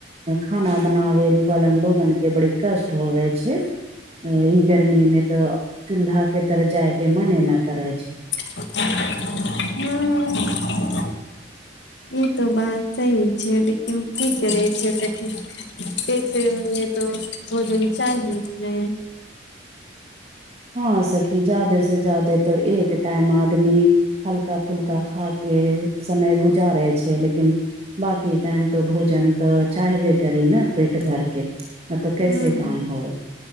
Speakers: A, on the right; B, on the left.
A: खाना बनाबे बलन लोगन के बड़ी कष्ट होबे छै ई गर्मी मे तऽ चूल्हा के तर जाय के मने न करै छै
B: ह्म ई तो बात सही छै लेकिन की करे छै देख <unintelligible> से नहि तऽ भोजन चाहि <unintelligible> नहि
A: हा सखी जादे से जादे तऽ एक टाइम आदमी हल्का फुल्का खा के समय गुजारे छै लेकिन बाकी टाइम तऽ भोजन तऽ चाहबे करी ने पेट भरके नई तऽ कैसे
B: हूँ
A: काम होए